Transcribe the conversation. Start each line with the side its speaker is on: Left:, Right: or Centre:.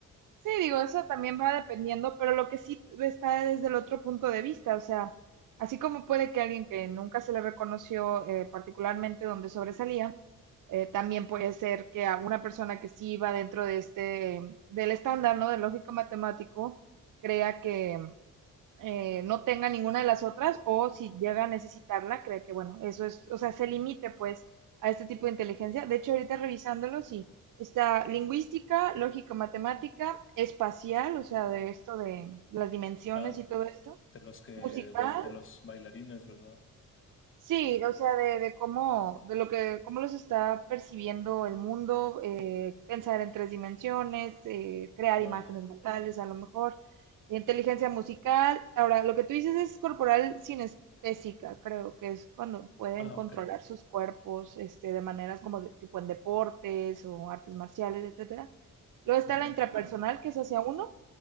Right: Sí, digo, eso también va dependiendo, pero lo que sí está desde el otro punto de vista, o sea, así como puede que alguien que nunca se le reconoció eh, particularmente donde sobresalía, eh, también puede ser que a una persona que sí va dentro de este, del estándar, ¿no? Del lógico matemático, crea que, eh, no tenga ninguna de las otras o si llega a necesitarla, cree que, bueno, eso es, o sea, se limite pues a este tipo de inteligencia. De hecho, ahorita revisándolo, sí, está lingüística, lógica, matemática, espacial, o sea,
Left: ¿No?
Right: de esto de las dimensiones
Left: Ah,
Right: y todo esto,
Left: de los que,
Right: musical,
Left: bai- de los bailarines, ¿verdad?
Right: Sí, o sea, de, de cómo, de lo que, cómo los está percibiendo el mundo, eh, pensar en tres dimensiones, eh, crear
Left: Ah,
Right: imágenes
Left: ya.
Right: mentales, a lo mejor, inteligencia musical. Ahora, lo que tú dices es corporal sinestésica, creo que es cuando pueden
Left: Ah,
Right: controlar
Left: ok.
Right: sus cuerpos, este, de maneras como de- tipo en deportes o artes marciales, etcétera. Luego está
Left: Ujú.
Right: la intrapersonal, que es hacia uno,